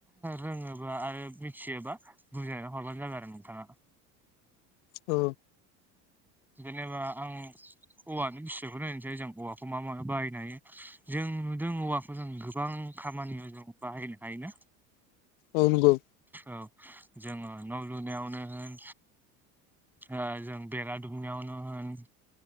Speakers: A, in the centre; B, on the left.
A: रोङोबा आरो मिथियोबा बुजायना हरबानो जाबाय आरो नों थाङा
B: औ
A: जेनेबा आं औवानि बिसयखौनो होननोसै जों औवाखौ मा माहाय बाहायनो हायो। जों नुदों औवाखौ जों गोबां खामानियाव जों बाहायनो हायोना?
B: औ नोंगौ
A: औ जोङो न' लुनायावनो होन ओ जों बेरा दुमनायावनो होन